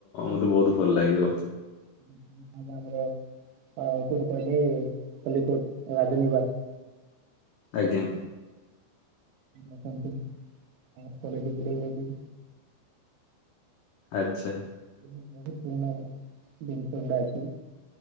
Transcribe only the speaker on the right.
ହୁଁ ହୁଁ ଆମେ ଆମର ହଁ କୋଉଠି କହିଲେ? ଏ ଖଲିକୋଟ ରାଜନୀବାସ।
ଆସନ୍ତୁ। ଆମର କଲେଜ ବୁଲେଇନେବି।
ବହୁତ ବହୁତ ପୁରୁଣା ଜିନିଷ ଗୁଡା ଅଛି।